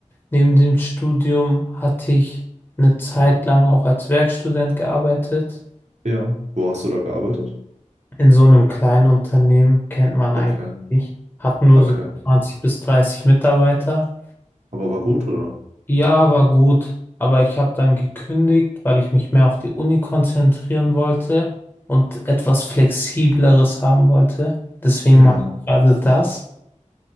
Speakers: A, on the left (about 15°); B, on the right (about 60°).
A: neben dem Studium, hatte ich eine Zeit lang auch als Werkstudent gearbeitet.
B: Ja. Wo hast du da gearbeitet?
A: In so einem kleinen Unternehmen kennt man
B: Okay,
A: eigentlich nicht. Hat nur
B: okay.
A: so 20 bis 30 Mitarbeiter.
B: Aber war gut, oder?
A: Ja, war gut. Aber ich habe dann gekündigt, weil ich mich mehr auf die Uni konzentrieren wollte und etwas Flexibleres haben wollte. Deswegen
B: Ja.
A: mache ich gerade das.